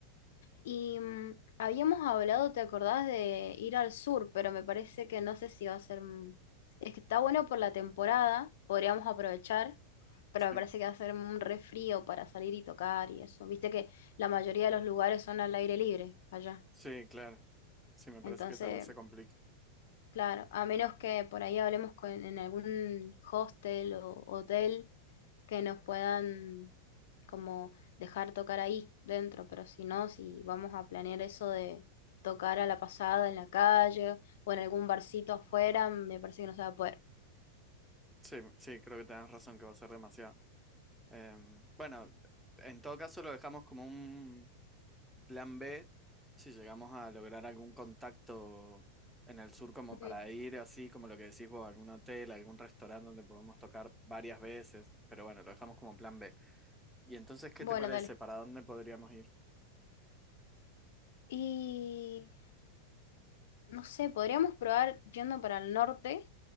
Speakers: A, on the left; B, in the centre.
A: Y mm, habíamos hablado, ¿te acordás de ir al sur? Pero me parece que no sé si va a ser... mm, Es que está bueno por la temporada, podríamos aprovechar, pero
B: Sí,
A: me parece que va a ser un re frío para salir y tocar y eso. Viste que la mayoría de los lugares son al aire libre allá.
B: sí, claro. Sí, me parece
A: Entonces,
B: que tal vez se complique.
A: claro, a menos que por ahí hablemos con, en algún hostel o hotel que nos puedan como dejar tocar ahí dentro, pero si no, si vamos a planear eso de tocar a la pasada en la calle o en algún barcito afuera, me parece que no se va a poder.
B: Sí, sí, creo que tenés razón que va a ser demasiado. Em, bueno, en todo caso lo dejamos como un plan B si llegamos a lograr algún contacto en el sur como
A: Ujú.
B: para ir así, como lo que decís vos, a algún hotel, a algún restaurante donde podemos tocar varias veces, pero bueno, lo dejamos como plan B. ¿Y entonces qué
A: Bueno,
B: te parece?
A: dale.
B: ¿Para dónde podríamos ir?
A: Y no sé, podríamos probar yendo para el norte.